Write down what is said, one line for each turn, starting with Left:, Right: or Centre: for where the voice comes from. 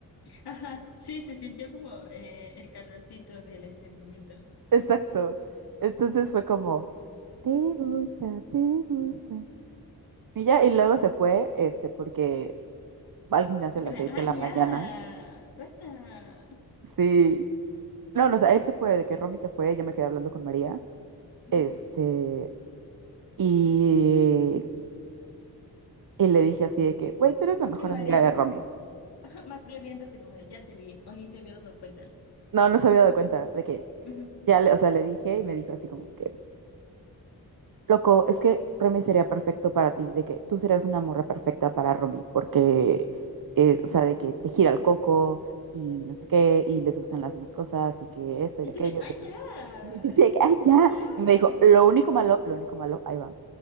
Left: Ajá, sí, se sintió como eh, el calorcito del entendimiento.
Right: Exacto. Entonces fue como, te gusta, te gusta. Y ya, y luego se fue, este, porque va al gimnasio
Left: Y
Right: a
Left: tú
Right: las
Left: de,
Right: 6
Left: ah,
Right: de la
Left: ya,
Right: mañana.
Left: basta.
Right: Sí. No, no, o sea, él se fue, de que Romy se fue, yo me quedé hablando con María.
Left: <laughs>
Right: Este, y, y le dije así de que, güey, tú eres la mejor
Left: Ay, María.
Right: amiga de Romy.
Left: <laughs> María viéndote como de ya te vi, o ni se había dado cuenta.
Right: No, no se había dado cuenta de que
Left: Ujú.
Right: ya, le, o sea, le dije y me dijo así como que, Loco, es que Romy sería perfecto para ti, de que tú serías una morra perfecta para Romy, porque, eh, o sea, de que te gira el coco y no sé qué, y les gustan las mismas cosas y que esto
Left: Y
Right: y aquello.
Left: te de, ¡ay, ya!
Right: Y yo así de que, ay, ya.
Left: ¡Ya!
Right: Y me dijo, lo único malo, lo único malo, ahí va,